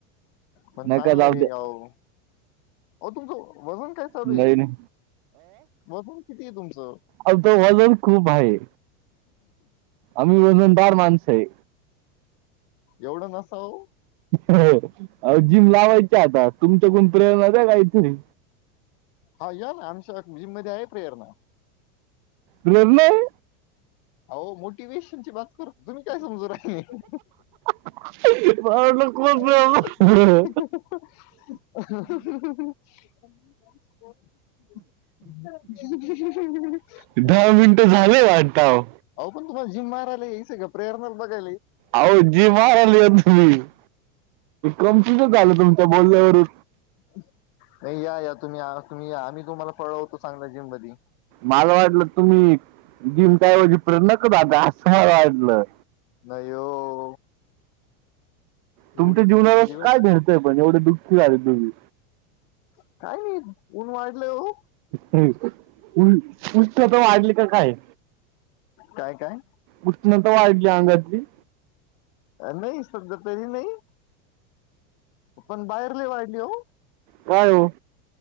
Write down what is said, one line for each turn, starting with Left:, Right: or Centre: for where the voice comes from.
Left: पण चांगलंय,
Right: नका जाऊ द्या
Left: आवो. अ तुमचं वजन काय चालू
Right: नाही
Left: आहे,
Right: नाही
Left: वजन किती आहे तुमचं?
Right: आमच वजन खूप आहे, आम्ही वजनदार माणसं आहे.
Left: एवढं नसाव.
Right: आओ, जिम लावायची आता तुमच्याकण प्रेणा द्या काहीतरी.
Left: हा या ना, आमच्या जिममध्ये आहे प्रेरणा.
Right: निर्णय
Left: अहो मोटिवेशन ची बात कर, तुम्ही काय समजू राहिले?
Right: <unintelligible> प्रेरणा
Left: <unintelligible> <unintelligible>
Right: दहा मिनिटं झाले वाटतं
Left: अहो पण, तुम्हाला जिम मारायला या स का प्रेरणाला बघाय?
Right: अहो जी मार आली आहे तुम्ही, ते कमतीच आल तुमच्या बोलल्यावरून.
Left: नाही, या या तुम्ही तुम्ही या आम्ही तुम्हाला पळवतो चांगल्या जिम मधे.
Right: माला वाटलं तुम्ही, जिम त्याऐवजी पेय आता असं वाटलं.
Left: नाही ओ.
Right: तुमच्या
Left: एवढे
Right: जीवनालाच
Left: चुकीचे दिवस
Right: काय घडतंय, पण एवढे दुःखी झालय तुम्ही?
Left: काय नाही. ऊन वाढले हो!
Right: उल- उष्णता वाढली का काय
Left: काय काय?
Right: उष्णता वाढली अंगातली.
Left: नाही, सध्या तरी नाही. पण बाहेर लय वाढली हो.
Right: काय ओ?